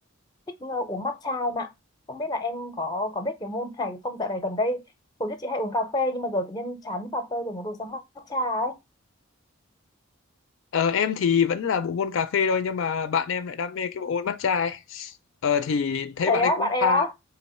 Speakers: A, on the left; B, on the left.
A: thích ờ, uống matcha em ạ. Không biết là em có có biết cái môn này không? Dạo này gần đây, hồi trước chị hay uống cà phê nhưng mà giờ tự nhiên chán cà phê rồi muốn đổi sang matcha ấy.
B: Ờ, em thì vẫn là bộ môn cà phê thôi nhưng mà bạn em lại đam mê cái bộ môn matcha ấy. Ờ, thì thấy
A: Thế
B: bạn
A: á,
B: ấy cũng
A: bạn em
B: pha,
A: á.